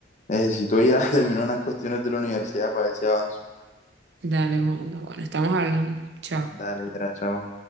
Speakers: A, on the left; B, on the right.
A: necesito ir a <laughs> terminar unas cuestiones de la universidad para ver si avanzo.
B: Dale, Juan, bueno, estamos hablando. Chao.
A: Dale, Yara, chao.